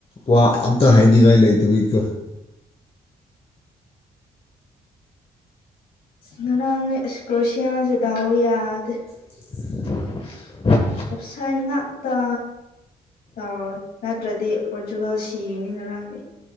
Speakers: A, on the left; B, on the left.
A: ꯋꯥ ꯑꯝꯇ ꯍꯥꯏꯅꯤꯡꯉꯥꯏ ꯂꯩꯇꯕꯒꯤꯀꯣ
B: ꯏꯁ ꯉꯔꯥꯡꯅꯦ ꯏꯁ ꯀ꯭ꯔꯣꯁꯤꯌꯥꯁꯦ ꯗꯥꯎ ꯌꯥꯗꯦ
A: <unintelligible>
B: ꯑꯣꯞꯁꯥꯟ ꯉꯥꯛꯇ ꯇꯥꯎꯔꯦ ꯅꯠꯇ꯭ꯔꯗꯤ ꯄꯣꯔꯇꯨꯒꯜ ꯁꯤꯒꯅꯤ ꯉꯔꯥꯡꯗꯤ